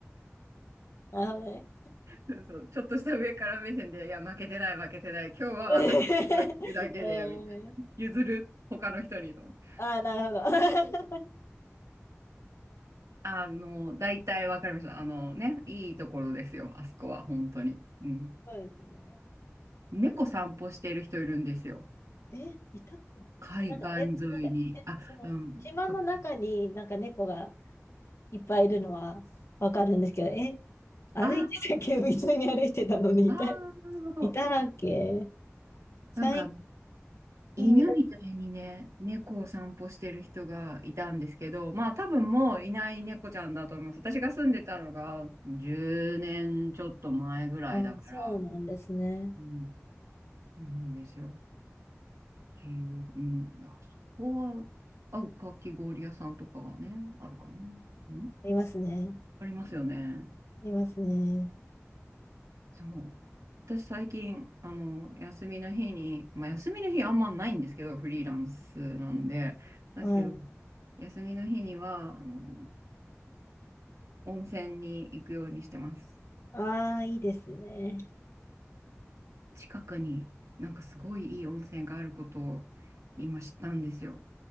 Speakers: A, on the left; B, on the right.
A: なるほどね。
B: そうそう、ちょっとした上から目線で、いや、負けてない、負けてない。今日は私の声が聞くだけで、
A: <laughs> えー、
B: みたいな。譲る、他の人にと思って。
A: ああ、なるほど。
B: あの、大体わかりました。あのね、いいところですよ、あそこは、本当に。うん。
A: <laughs> そうですね。
B: 猫散歩してる人いるんですよ。
A: え、いたか。
B: 海岸沿いに。
A: なんか、え、なんか、え、
B: あ、
A: その、
B: うん。
A: 島の中になんか猫が
B: そう。
A: いっぱいいるのはわかるんですけど、え、歩いてたっけ、
B: あー
A: 普いに歩いてたのにいた、
B: あー、なるほど。
A: いたっけ最
B: なんか犬みたいにね、
A: 近見かけ
B: 猫を散歩してる人がいたんですけど、まあ多分もういない猫ちゃんだと思います。私が住んでたのが10年ちょっと前ぐらいだから、
A: あ、そうなんですね。
B: うん、そうなんですよ。っていう、うん、あそこは、あ、かき氷屋さんとかがね、あるかな。うん、
A: ありますね。
B: ありますよね。
A: ありますね。
B: そう。私最近、あの、休みの日に、まあ休みの日あんまないんですけど、フリーランスなんで、なんですけど、
A: はい。
B: 休みの日には、あの、温泉に行くようにしてます。
A: ああ、いいですね。
B: 近くになんかすごいいい温泉があることを今知ったんですよ。